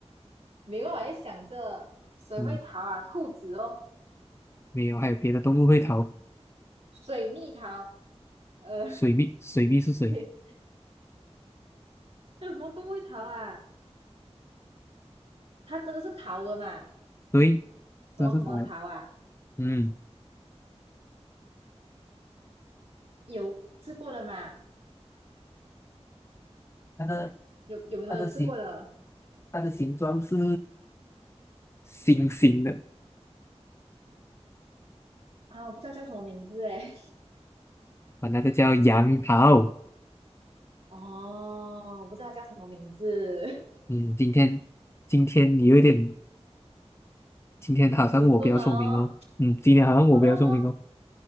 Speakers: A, on the right (about 60°); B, on the left (about 25°).
A: 没办法，在想着谁会逃啊？
B: 嗯，
A: 兔子哦，
B: 没有，还有别的动物会逃。
A: 水蜜桃，呃，
B: 水蜜，水蜜是谁？
A: <laughs> 对，那有什么动物会逃啊？它真的是逃的嘛？
B: 对，
A: 什么什么逃啊？
B: 这是它，嗯，
A: 有吃过的嘛？
B: 它的
A: 有有没有吃过的
B: 它的形它的形状是星星的
A: 啊？我不知道叫什么名字哎，
B: 啊，那个叫杨桃。
A: <laughs> 哦，我不知道它叫什么名字，
B: 嗯，今天今天你有点，今天好像我比较聪明哦。
A: <laughs> 迟钝哦，
B: 嗯，今天好像我比较聪明哦。
A: 好了哦，